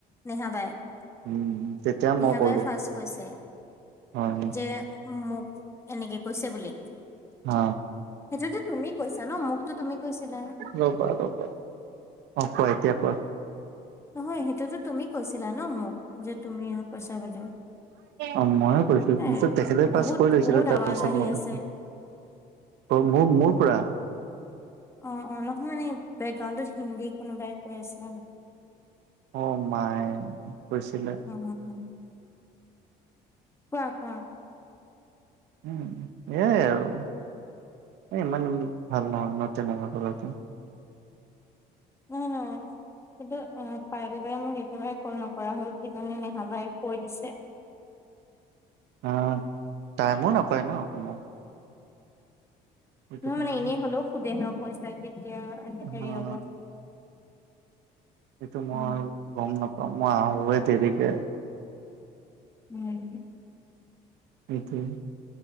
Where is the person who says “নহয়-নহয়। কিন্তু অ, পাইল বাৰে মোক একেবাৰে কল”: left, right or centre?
Left